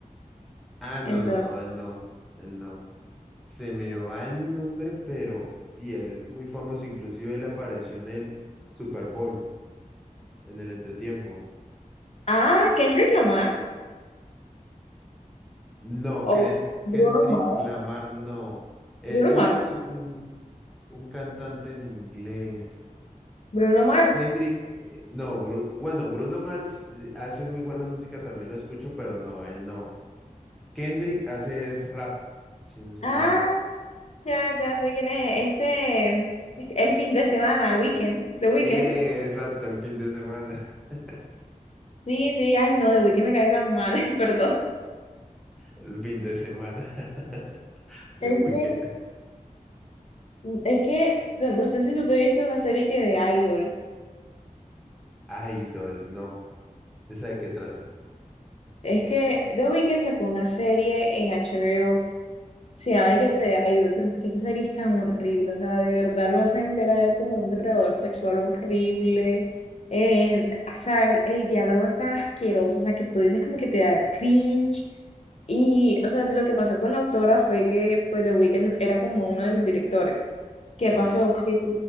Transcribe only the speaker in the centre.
Ah, no,
no, no, él no, él no. Se me va el nombre, pero sí, él es muy famoso. Inclusive él apareció en el Super Bowl, en el entretiempo.
No,
Kren-
Kendrick
Lamar no. Eh,
Él,
es un, un cantante en inglés.
Kendrick, eh, no, Bru- bueno, Bruno Mars eh, hace muy buena música, también lo escucho, pero no, él no. Kendrick hace es rap, si no estoy
mal.
Eh, exacto, el fin de semana. <laughs>
El fin de semana. <laughs> The
Weeknd.
Idol, no. ¿Esa de qué trata?
Sí.
Ok.